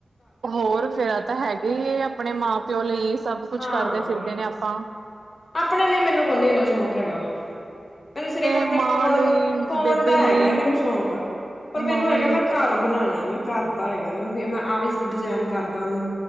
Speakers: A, on the right (about 85°); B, on the left (about 55°).
A: ਹੋਰ ਫੇਰ ਤਾਂ ਹੈਗੇ ਹੀ ਹੈ ਆਪਣੇ ਮਾਂ ਪਿਓ ਲਈ ਸਭ ਕੁਛ
B: ਹਾਂ
A: ਕਰਦੇ ਫਿਰਦੇ ਨੇ ਆਪਾਂ।
B: ਆਪਣੇ ਲਈ ਮੈਨੂੰ ਕੋ ਨੀ ਇੰਨਾ ਸ਼ੌਕ ਹੈਗਾ। ਮੈਨੂੰ ਸਿਰ ਆਪਣੇ
A: ਮਾਂ
B: ਫੋਨ
A: ਲਈ
B: ਫੋਨ
A: ਬੇਬੇ
B: ਦਾ
A: ਲਈ
B: ਹੈਗਾ ਹੈ ਮੈਨੂੰ ਸ਼ੌਕ ਪਰ ਮੈਨੂੰ
A: ਮਾਵਾਂ
B: ਹੈਗਾ
A: ਲਈ
B: ਮੈਂ ਘਰ ਬਣਾਉਣਾ ਮੈਂ ਘਰ ਦਾ ਹੈਗਾ ਮੈਨੂੰ ਵੀ ਮੈਂ ਆਹ ਵੀ ਡਿਜਾਇਨ ਕਰਦਾ ਉਹਨੂੰ